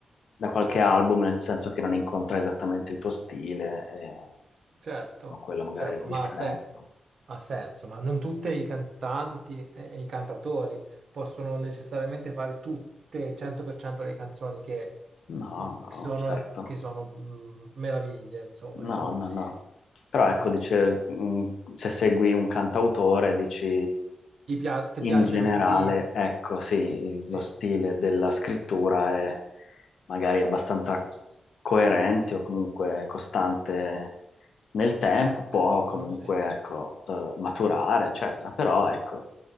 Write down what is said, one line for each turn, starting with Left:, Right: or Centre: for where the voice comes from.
Left: da qualche album, nel senso che non incontra esattamente il tuo stile, e...
Right: Certo,
Left: ma quella magari
Right: certo,
Left: è la differenza.
Right: ma ha, se- ha senso, ma non tutti i cantanti e e i cantautori possono necessariamente fare tutte il 100% delle canzoni che
Left: No, no,
Right: che sono,
Left: certo.
Right: che sono, mh, meraviglie, insomma,
Left: No,
Right: diciamo
Left: no,
Right: così.
Left: no. Però ecco,
Right: No,
Left: dice, mh, se segui un cantautore, dici
Right: ti, pia- ti
Left: in
Right: piace
Left: generale,
Right: lo stile,
Left: ecco, sì, il-
Right: sì,
Left: lo stile della scrittura è magari abbastanza coerente o comunque costante nel tempo,
Right: nel tempo,
Left: può comunque,
Right: sì.
Left: ecco, eh, maturare, eccetera. Però, ecco,